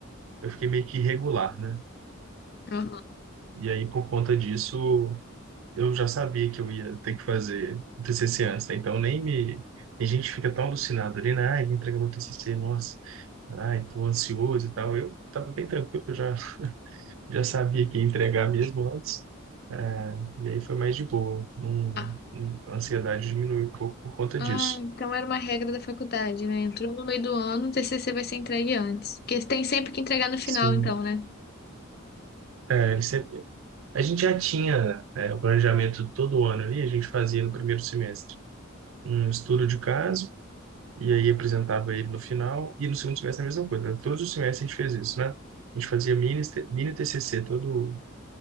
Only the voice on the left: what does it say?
Aham.
Ah,
Ah,
então era uma regra da faculdade, né? Entrou no meio do ano, o TCC vai ser entregue antes. Porque tem sempre que entregar no final,
então, né?